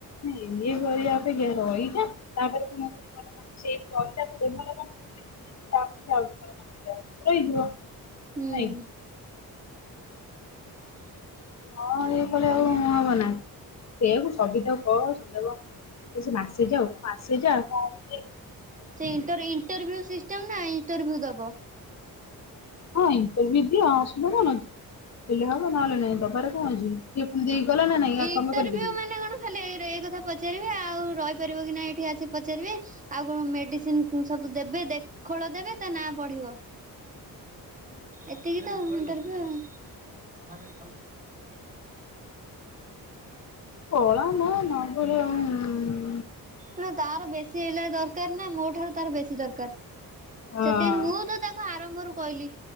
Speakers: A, on the left (about 45°); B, on the right (about 20°).
A: ଇଏ କରିବା ଅପେକ୍ଷା ରହିଛ ତାପରେ ପୁଣି ତ ସେଇ ଅଲଟା ତ ଦେ ଭଲ କାମ କର ତା ପାରେ ଆଉ ଭଲ ରହିଯିବ।
B: ହୁଁ।
A: ନାଇଁ
B: ଆଉ।
A: ହଁ ନ ଇଏ କଲେ ଆଉ ହବନା ସେଇଆକୁ ସବିତାକୁ କହ ସୁବିଧା କ ଟିକେ ସେ ମାସେ ଯାଉ ତ ମାସେ ଯା କଣ ଅସୁବିଧା
B: ସେ ଇଣ୍ଟର ଉଣ୍ଟର୍ଭ୍ୟୁ ସିଷ୍ଟମ ନା ଇଣ୍ଟରଭିଊ ଦବ।
A: ହଁ ଇଣ୍ଟରଭିଉ ଦିଅ ଆସୁବିଧା କଣ ଅଛି ହେଲେ ହବ ନହେଲେ ନାହିଁ ଦବାରେ କଣ ଅଛି। ସିଏ ପୁଣି ଦେଇକି ଗଲା ନା ନାଇଁ ଆଉ
B: ଇଣ୍ଟରଭ୍ୟୁ
A: ତମେ କରିପାରିବନି।
B: ମାନେ କଣ ଖାଲି ଏରା ଏଇ କଥା ପଚାରିବେ ଆଉ ରହିପାରିବ କି ନାଇ ଏଇଠି ଆସି ପଚାରିବେ। ଆଉ କଣ ମେଡିସିନ ସବୁ ଦେବେ ଦେଖୋଳ ଦେବେ ତା ନା ପଢିବ।
A: <unintelligible>
B: ଏତିକି ତ ଇଣ୍ଟରଭିଉ ଆଉ।
A: ଖୋଳ ନୁହ ନଗଲେ ଆଉ
B: ତେଣୁ ତାର ବେଶୀ ଏଇଲା ଦରକାର ନା ମୋ ଠାରୁ ତାର ବେଶୀ ଦରକାର।
A: ହଁ
B: ସେଥିପାଇଁ ମୁଁ ତ ତାକୁ ଆରମ୍ଭରୁ କହିଲି